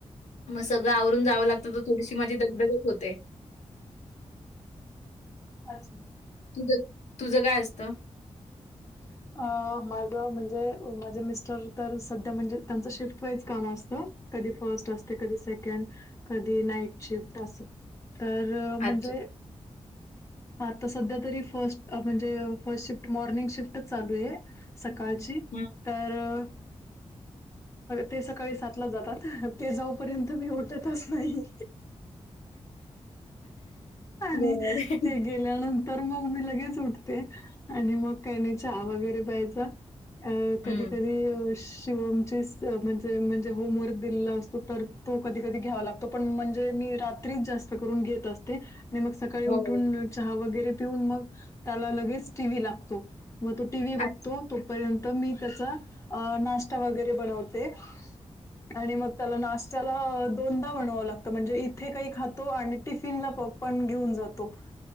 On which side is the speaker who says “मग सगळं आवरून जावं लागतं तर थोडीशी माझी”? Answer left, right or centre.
Left